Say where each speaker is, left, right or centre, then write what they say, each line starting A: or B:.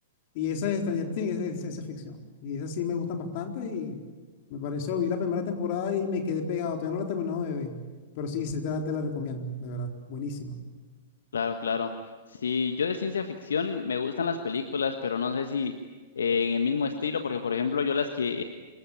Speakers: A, on the left (about 45°); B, on the left (about 70°).
A: Y esa de Stranger Things es de ciencia ficción. Y esas sí me gustan bastante y me pareció, vi la primera temporada y me quedé pegado, todavía no la he terminado de ver, pero sí, se te, la te la recomiendo, de verdad, buenísima.
B: Claro, claro. Sí, yo de ciencia ficción me gustan las películas, pero no sé si eh, en el mismo estilo, porque por ejemplo yo las que